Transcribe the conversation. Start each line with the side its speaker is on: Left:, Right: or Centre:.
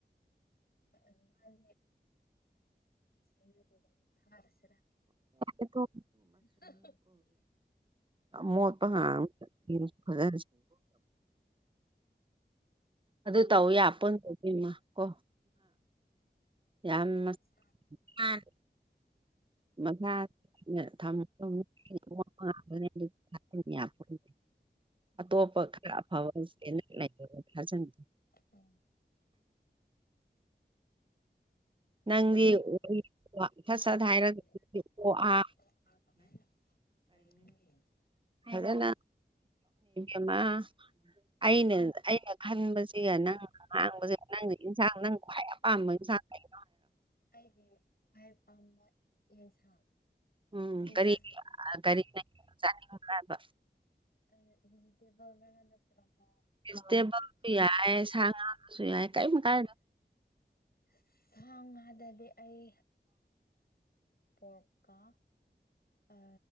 Left: ꯃꯥꯖꯅ ꯍꯥꯏ ꯁ ꯇꯗ ꯃ ꯊꯁꯔ
Right: ꯑꯗꯨꯝ
Left: <unintelligible>
Right: ꯃꯣꯠꯄ ꯍ ꯐꯖ ꯑꯗꯨ ꯇꯧ ꯌꯥ ꯄꯟ ꯇꯧꯗꯃ ꯀꯣ ꯌꯥꯝ
Left: ꯌꯥꯁ
Right: ꯃꯁꯥꯅ ꯃꯁꯥ ꯅ ꯊꯝꯒꯗꯕꯅꯤ ꯑꯃꯣꯠꯄ ꯉꯥꯛꯇꯅꯦ ꯑꯗꯨ ꯊꯥꯖꯤꯟ ꯌꯥꯄꯣꯟꯇꯦ ꯑꯇꯣꯞꯄ ꯈꯔ ꯑꯐꯕ ꯆꯦꯅꯦꯜ ꯂꯩꯌꯦꯕ ꯊꯥꯖꯟꯁꯦ
Left: <unintelligible> <unintelligible> <unintelligible>
Right: ꯅꯪꯗꯤ ꯋꯥꯔꯤ ꯋꯥ ꯁꯠ ꯁꯠ ꯍꯥꯏꯔꯒ
Left: <unintelligible>
Right: ꯑꯣ ꯑꯥ ꯑꯗꯨꯅ ꯏꯃ ꯑꯩꯅ ꯑꯩꯅ ꯈꯟꯕꯁꯤꯒ ꯅꯪ ꯉꯥꯡꯕꯁꯤ ꯅꯪꯅ ꯏꯟꯁꯥꯡ ꯅꯪ ꯈ꯭ꯋꯥꯏ ꯑꯄꯥꯝꯕ ꯏꯟꯁꯥꯡ ꯂꯩ
Left: ꯑꯩꯒꯤ ꯈ꯭ꯋꯥꯏ ꯄꯥꯝꯕ ꯌꯦꯁ ꯍ
Right: ꯎꯝ
Left: ꯌꯦꯁ
Right: ꯀꯔꯤ ꯀꯔꯤ ꯅꯪ ꯆꯥꯅꯤꯡꯕ ꯍꯥꯏꯕ
Left: ꯑ ꯕꯤꯖꯤꯇꯦꯕꯜ ꯅꯠꯇ꯭ꯔꯥꯒ
Right: ꯚꯦꯖꯤꯇꯦꯕꯜꯁꯨ
Left: <unintelligible>
Right: ꯌꯥꯏ
Left: <unintelligible>
Right: ꯁꯥ ꯉꯥꯁꯨ ꯌꯥꯏ ꯀꯔꯤꯝ ꯀꯥꯏꯗꯦ
Left: ꯊꯥꯡ ꯉꯥꯗꯗꯤ ꯑꯩ ꯄꯣꯔꯛꯀ ꯑ